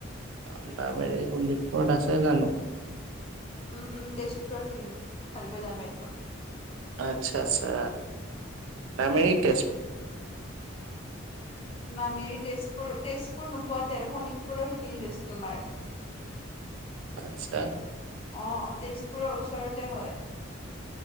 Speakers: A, on the right; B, on the left.
A: এ নামেৰি শোণিতপুৰত আছে জানোঁ।
B: উম উম তেজপুৰৰ শিকম ভালকৈ জানো এইটো
A: আচ্ছা আচ্ছা তাৰ মানে কি
B: ন মেৰি তেজপুৰ তেজপুৰ নোপোৱাতে শোণিতপুৰৰ সেইখিনিত আছো তোমাৰ
A: আচ্ছা
B: অ তেজপুৰৰ ওচৰতে হয়।